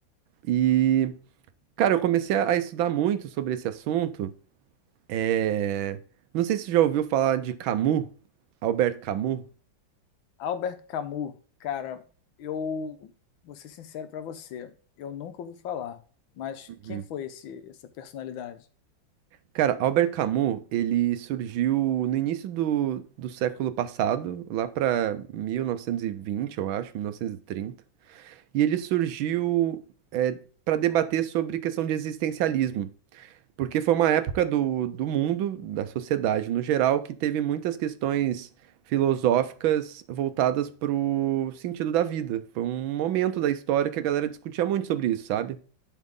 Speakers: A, on the right; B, on the left.
A: E, cara, eu comecei a a estudar muito sobre esse assunto. É, Não sei se você já ouviu falar de Camus, Albert Camus.
B: Albert Camus, cara, eu vou ser sincero para você, eu nunca ouvi falar. Mas
A: Uhum.
B: quem foi esse, essa personalidade?
A: Cara, Albert Camus, ele surgiu no início do, do século passado, lá para 1920, eu acho, 1930. E trinta. E ele surgiu para debater sobre questão de existencialismo. Porque foi uma época do, do mundo, da sociedade no geral, que teve muitas questões filosóficas voltadas pro sentido da vida. Foi um momento da história que a galera discutia muito sobre isso, sabe?